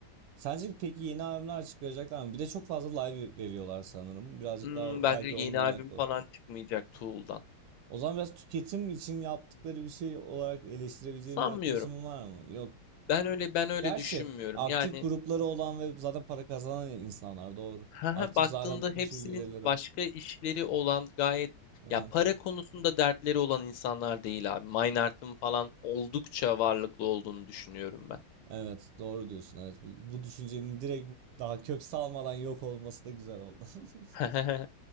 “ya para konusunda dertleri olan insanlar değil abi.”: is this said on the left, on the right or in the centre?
Left